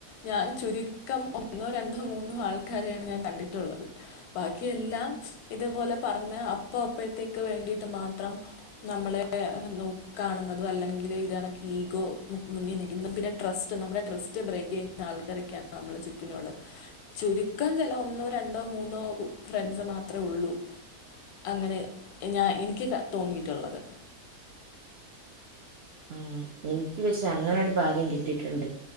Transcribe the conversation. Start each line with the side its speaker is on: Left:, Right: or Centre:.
Left: ഞാൻ ചുരുക്കം ഒന്നോ രണ്ടോ മൂന്നോ ആൾക്കാരെയാണ് ഞാൻ കണ്ടിട്ടുള്ളത് ബാക്കിയ എല്ലാം ഇതേപോലെ പറഞ്ഞ അപ്പ അപ്പോഴത്തേക്ക് വേണ്ടിട്ട് മാത്രം നമ്മളെ നോക്കി കാണുന്നതും അല്ലെങ്കിൽ ഇതണ ഈഗോ മുന്നിൽ നിൽക്കുന്നു പിന്നെ ട്രസ്റ്റ് നമ്മുടെ ട്രസ്റ്റ് ട്രസ്റ്റ് ബ്രേക്ക് ചെയ്യുന്ന ആൾക്കാരൊക്കെയാണ് നമ്മളെ ചുറ്റിനുള്ളത് ചുരുക്കം ചില ഒന്നോ രണ്ടോ മൂന്നോ ഫ്രണ്ട്സ് മാത്രമേ ഉള്ളൂ അങ്ങനെ ഞാൻ എനിക്ക് തോന്നിയിട്ടുള്ളത്
Right: ആ എനിക്ക് പക്ഷെ അങ്ങനെ ഒരു ഭാഗ്യം കിട്ടിയിട്ടുണ്ട്